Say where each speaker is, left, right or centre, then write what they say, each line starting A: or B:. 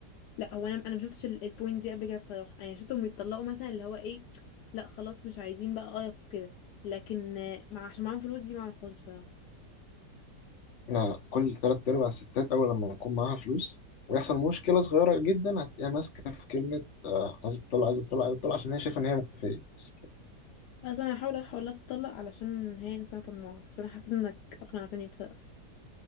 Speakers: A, on the left; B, on the left.
A: لا هو انا انا ما شفتش ال- البوينت دي قبل كده بصراحه انا شفتهم يتطلقوا مثلا اللي هو ايه لا خلاص مش عايزين بقى قرف وكده لكن آه، مع عشان معاهم فلوس دي ما اعرفهاش بصراحه
B: لا لا كل تلات ارباع الستات اول لما يكون معاها فلوس ويحصل مشكله صغيره جدا هتلاقيها ماسكه في كلمه آه، عايزه تطلع عايزه تطلع عايزه تطلع عشان هي شايفه ان هي مكتفيه بس مش أكتر.
A: اصلا انا هحاول احاول لا تتطلق علشان هي انسانه طماعه عشان انا حاسه انك اقنعتني بصراحه